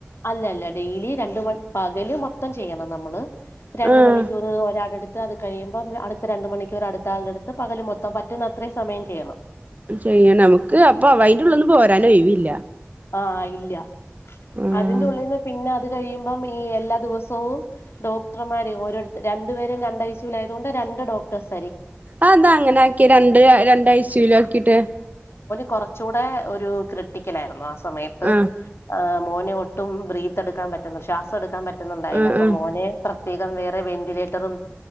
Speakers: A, on the left; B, on the right.
A: അല്ല അല്ല ഡെയിലി രണ്ട് മ പകല് മൊത്തം ചെയ്യണം നമ്മള് രണ്ട്
B: ആഹ്
A: മണിക്കൂർ ഒരാളെടുത്ത് അത് കഴിയുമ്പം അടുത്ത രണ്ട് മണിക്കൂർ അടുത്താളുടെ അടുത്ത് പകല് മൊത്തം പറ്റുന്ന അത്രയും സമയം ചെയ്യണം
B: ചെയ്യൻ നമുക്ക് അപ്പൊ അയ്‌ന്റെ ഉള്ള്ന്ന് പോരാനൊഴിവില്ല
A: ആ ഇല്ല
B: ആഹ്
A: അതിന്റെ ള്ളിൽന്ന് പിന്നെ അ ത് കഴിയുമ്പം ഈ എല്ലാ ദിവസവും ഡോക്ടർമാര് ഓരോരുത്ത രണ്ടുപേരും രണ്ട് ഐസിയുലായതുകൊണ്ട് രണ്ട് ഡോക്ടെഴ്സ്
B: ആ അതാ അങ്ങനെ ആക്കിയേ രണ്ട് രണ്ടഴ്സിയുലാക്കിട്ട്
A: കുറച്ചൂടെ ഒരു ക്രിട്ടിക്കലായിരുന്നു സമയത്ത്
B: ആഹ്
A: ആ മോന് ഒട്ടും ബ്രീത്തെടുക്കാൻ പറ്റുന്നു ശ്വാസം എടുക്കാൻ പറ്റ റ്റുന്നുണ്ടായില്ല
B: ആഹ്
A: അപ്പ
B: ആഹ്
A: മോന് പ്ര പ്രത്യേകം വേറെ വെന്റിലേറ്ററും